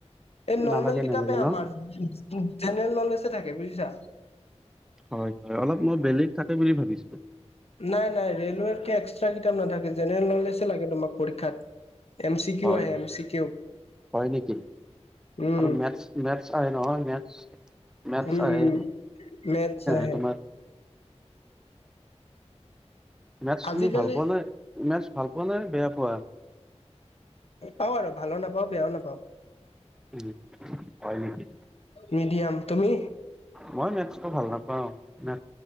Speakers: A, on the left; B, in the centre.
A: এই নৰ্মেল
B: নালাগে
A: কিতাপে
B: নালাগে
A: আমাৰ
B: ন?
A: জেনেৰেল নলেজে থাকে বুজিছা?
B: হয়, হয়, অলপ মই বেলেগ থাকে বুলি ভাবিছিলো।
A: নাই, নাই, ৰেলৱে <unintelligible> এক্সট্ৰা কিতাপ নাথাকে জেনেৰেল নলেজে লাগে তোমাক পৰীক্ষাত। এম চি কিউ
B: হয়,
A: আহে এম চি কিউ
B: হয়, নেকি
A: উম
B: আৰু মে মেথছ আহে, নহয়? মেথছ মেথছ
A: উম
B: আহে
A: উম। মেথছ আহে
B: <unintelligible> তোমাৰ <inaudible> মেথছ
A: আজিকালি
B: তুমি ভাল পোৱা নে? মেথছ ভাল পোৱা নে বেয়া পোৱা?
A: পাও আৰু ভালো নাপাওঁ বেয়াও নাপাওঁ।
B: উম হয় নেকি?
A: মিডিয়াম তুমি
B: মই মেথচ টো ভাল নাপাওঁ, মে